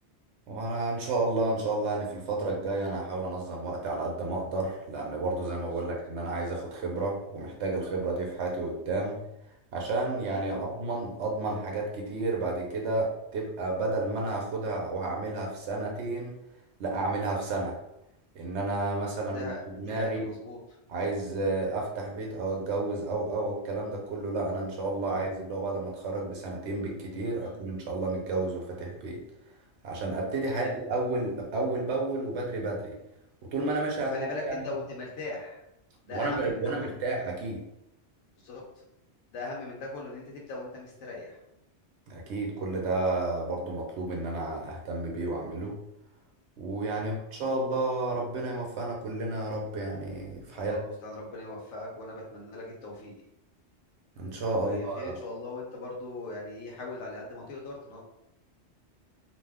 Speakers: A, on the right; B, on the left.
A: وانا ان شاء الله ان شاء الله يعني في الفترة الجاية انا هحاول انظم وقتي على قد ما اقدر لان برضه زي
B: بالظبط
A: ما بقول لك ان انا عايز اخد خبرة ومحتاج الخبرة دي في حياتي قدام عشان يعني
B: اكيد طبعا
A: اضمن اضمن حاجات كتير بعد كده تبقى بدل ما انا هاخدها او هعملها في سنتين لا اعملها في سنة ان انا مثلا
B: ده
A: في دماغي
B: دي حاجه مظبوط
A: عايز آه، افتح بيت او اتجوز او او الكلام ده كله لا انا ان شاء الله
B: مم.
A: عايز اللي هو بعد ما اتخرج بسنتين بالكتير
B: إمم،
A: اكون ان شاء الله متجوز وفاتح بيت عشان ابتدي
B: تمام،
A: حياتي اول اول باول وبدري بدري وطول ما انا ماشي
B: وخلّي
A: على الحال
B: بالك
A: ده يعني
B: تبدأ وأنت مرتاح، ده
A: وانا
B: أهم
A: ب-
B: من
A: وانا
B: ده كلّه،
A: مرتاح اكيد
B: بالضبط، ده أهم من ده كلّه إن أنت تبدأ وأنت مستريّح،
A: اكيد كل ده برضو مطلوب ان انا اهتم بيه واعمله ويعني
B: إمم،
A: ان شاء
B: مضبوط،
A: الله ربنا يوفقنا كلنا يا رب يعني في حياتنا
B: الله المستعان، ربنا يوفّقك، وأنا باتمنى لك التوفيق،
A: ان شاء
B: وخير
A: الله
B: إن شاء الله، وأنت برضه يعني إيه، حاول على قد ما تقدر تنظّم